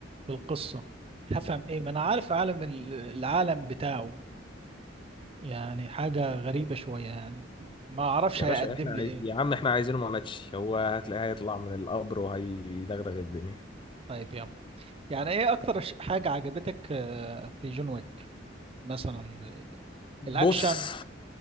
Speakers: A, on the right; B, on the left.
A: في القصة هفهم ايه ما انا عارف عالم ال- العالم بتاعه يعني حاجة غريبة شوية يعني ما اعرفش
B: يا
A: هيقدم
B: باشا احنا عاي...
A: لي ايه
B: يا عم احنا عايزينه ما ماتش هو هتلاقيه هيطلع من القبر وهيدغدغ الدنيا
A: طيب يا عم يعني ايه اكتر ش- حاجة عجبتك آه، في جون ويك مثلا
B: بص
A: الاكشن